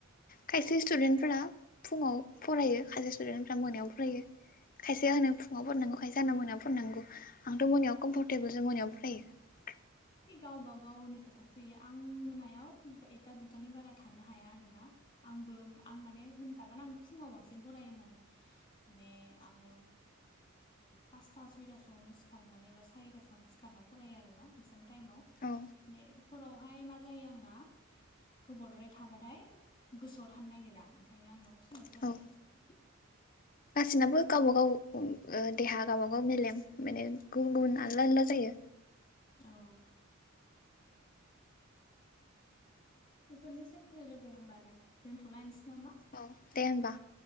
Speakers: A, on the left; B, on the left.
A: खायसे स्टुदेन्टफोरा फुङाव फरायो खायसे स्टुडेन्टफोरा मोनायाव फरायो खायसे होनो फुङाव फरायनांगौ खायसे होनो मोनायाव फरायनांगौ आंथ' मोनायाव कम्फरटेबोल सो मोनायाव फरायो
B: है गावबा गावनि खोथासो एयो आं मोनायाव एथा दुथानि बारा थानो हाया आरो ना आंबो आं माने होनजागोन आं फुङाव बांसिन फरायो होननानै माने आङो पासथा सयथासोआवनो सिखारनानै बा सारिथासोआवनो सिखारनानै फरायो आरोना एगजाम टाइमाव माने
A: औ
B: हरावहाय मा जायो आंना गोबावद्राय थाबाथाय गोसोआव थानो नागिरा ओंखायनो आङो फुङाव फरायो
A: औ गासिनाबो गावबा गाव ओ देहा गावबा गाव मेलेम माने गुबुन गुबुन आलदा आलदा जायो
B: औ बेफोरनोसै लोगो होमबालाय दोनथ'लायनोसै नामा
A: औ दे होनबा